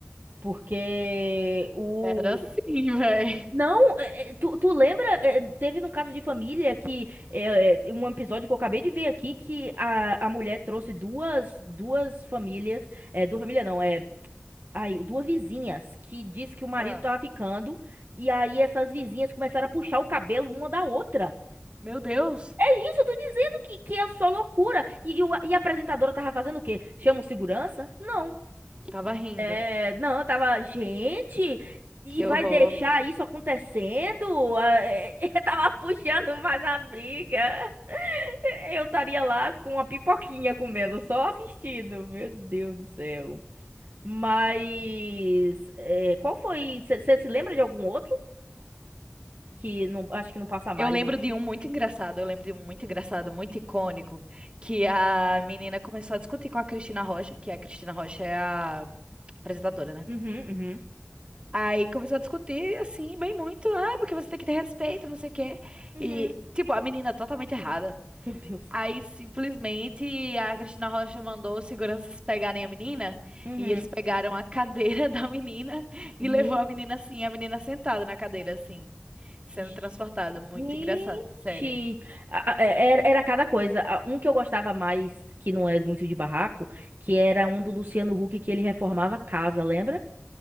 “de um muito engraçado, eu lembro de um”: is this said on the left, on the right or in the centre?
Right